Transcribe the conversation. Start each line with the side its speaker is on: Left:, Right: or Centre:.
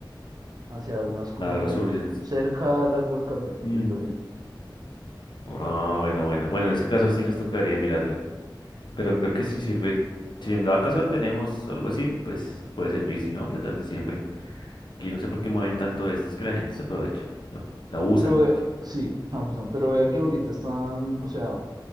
Right: hacia armas como
Left: Ah, Resurgence.
Right: de cerca a largo alcance, por
Left: Mm.
Right: decirlo así.
Left: Ah, bueno, bueno. Bueno, en ese caso sí nos tocaría mirarla, pero creo que sí sirve. Si en dado caso tenemos algo así, pues puede servir, si no, pues las de siempre. Que yo no sé por qué mueven tanto esto, es que la gente se aprovecha, ¿no? se abusan.
Right: Pero ve- sí, <laughs> a fusión, pero vea que ahorita están, o sea,